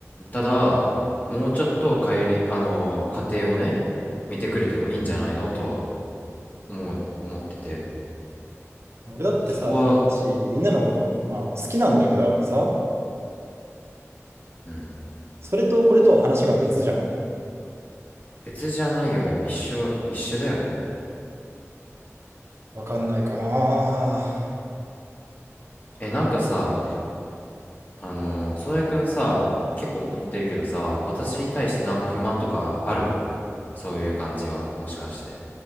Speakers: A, on the left; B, on the right.
A: ただ、もうちょっと帰り、あの、家庭をね、見てくれてもいいんじゃないのとは思う、思ってて。
B: 俺だってさ、
A: そこは、
B: みんなしみんなのこと、まあ好きなんだけどさ、
A: うん。
B: それとこれとは話が別じゃん。
A: 別じゃないわよ。一緒、一緒だよ。
B: わかんないかな。
A: え、なんかさ、あのー、宗谷くんさ、結構怒ってるけどさ、私に対してなんか不満とかあるのそういう感じは、もしかして。